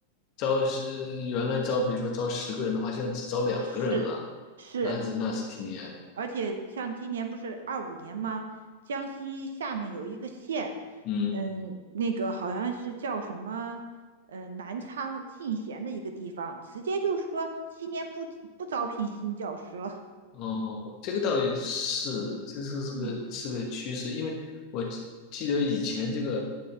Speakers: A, on the left; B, on the right.
A: 招是原来招，比如说招十个人的话，现在只招两个人了，
B: 是是，
A: 那是那是挺厉害。
B: 而且像今年不是二五年吗？江西下面有一个县，
A: 嗯。
B: 嗯，那个好像是叫什么？呃，南昌进贤的一个地方，直接就说今年不不招聘新教师了。
A: 哦，这个倒也是，这是是个是个趋势，
B: 嗯
A: 因为我记记得以前这个，